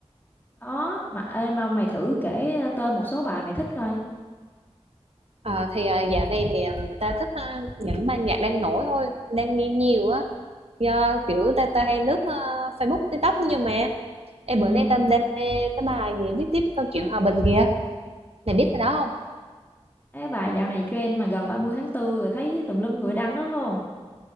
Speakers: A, on the left; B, on the right.
A: đó mà ê, mà mày thử kể tên một số bài mày thích coi
B: Ờ, thì à, dạo này thì à, ta thích à, những ban nhạc đang nổi thôi đang nghe nhiều á do kiểu ta ta hay lướt à, Facebook TikTok nhưng mà em
A: ừ.
B: bữa nay ta đang nghe cái bài gì viết tiếp câu chuyện hòa bình kìa mày biết cái đó không
A: cái bài dạo này trend mà gần 30 tháng tư rồi thấy tùm lum người đăng lắm không